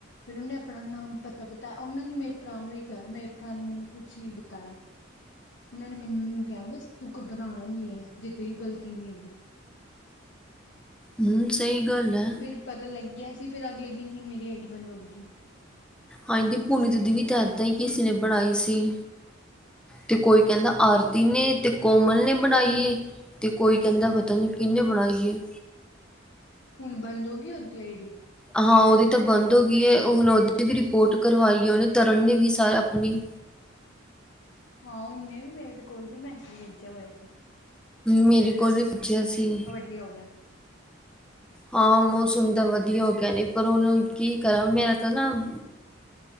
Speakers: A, on the left; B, in the centre.
A: ਫਿਰ ਉਹਨੇ ਅਪਣਾ ਨਾਮ, ਪਤਾ ਬਤਾਇਆ ਉਹਨਾਂ ਨੇ ਮੇਰੇ ਭਰਾ ਨੂੰ ਹੀ ਕਿਹਾ, ਮੇਰੇ ਭਰਾ ਨੇ ਮੈਨੂੰ ਕੁਛ ਨਹੀਂ ਬਤਾਇਆ। ਉਹਨਾਂ ਨੇ ਮੈਨੂੰ ਨਯੁ ਕਿਆ ਬਸ ਤੂੰ ਘੱਬਰਾਣਾ ਨੀ ਐ ਜੇ ਤੇਰੀ ਗਲਤੀ ਨੀ ਹੈਗੀ।
B: ਹੂੰ, ਸਹੀ ਗੱਲ ਐ।
A: ਫਿਰ ਪਤਾ ਲੱਗ ਗਿਆ ਸੀ ਫਿਰ ਅਗਲੇ ਦਿਨ ਈ ਮੇਰੀ ਆਈਡੀ ਬੰਦ ਹੋ ਗਈ ਸੀ।
B: ਆਏਂਦੀ ਪੂਨਿਤ ਦੀ ਵੀ ਦਦਾਈ ਕਿਸੀ ਨੇ ਬਣਾਈ ਸੀ। ਤੇ ਕੋਈ ਕੈਂਦਾ
A: ਹਾਂ ਉਹਦੀ
B: ਆਰਤੀ
A: ਵੀ ਬੰਦ
B: ਨੇ
A: ਹੋ ਗਈ
B: ਤੇ ਕੋਮਲ ਨੇ ਬਣਾਈਏ, ਤੇ ਕੋਈ ਕੈਂਦਾ ਪਤਾ ਨੀ ਕਿੰਨੇ ਬਣਾਈਏ।
A: ਹੁਣ ਬੰਦ ਹੋ ਗਈ ਓੱਦੀ ਆਈ ਡੀ।
B: ਹਾਂ, ਉਹਦੀ ਤਾਂ ਬੰਦ ਹੋ ਗਈ ਐ, ਹੁਣ ਉਹਦੀ ਵੀ ਰਿਪੋਰਟ ਕਰਵਾਈ ਐ ਉਹਨੇ, ਤਰਨ ਨੇ ਵੀ ਸਾਰ ਆਪਣੀ।
A: ਹਾਂ, ਉਹਨੇ ਵੀ ਮੇਰੇ ਕੋਲ ਵੀ ਮੈਸੇਜ ਭੇਜਿਆ ਹੋਇਆ ਸੀ।
B: ਮੇਰੇ ਕੋਲ ਵੀ ਪੁੱਛਿਆ ਸੀ।
A: ਵਦੀਆ ਹੋ ਗਿਆ।
B: ਆਂ, ਮੌਸਮ ਦਾ ਵਧੀਆ ਹੋ ਗਿਆ ਨੇ ਪਰ ਉਹਨੂੰ ਕੀ ਕਰਾਂ ਮੇਰਾ ਤਾਂ ਨਾ <inaudible>